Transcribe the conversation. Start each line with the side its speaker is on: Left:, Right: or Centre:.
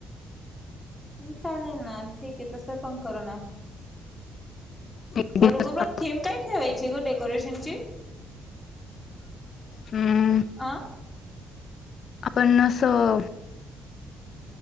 Centre: <unintelligible> चालेल ना, ठीक आहे तसं पण करून आण.
Left: एक
Centre: करू
Left: दिवस
Centre: का पण थीम काय, ठेवायची गं डेकोरेशन ची.
Left: हम्म..
Centre: अ
Left: आपण असं
Centre: हॅलो.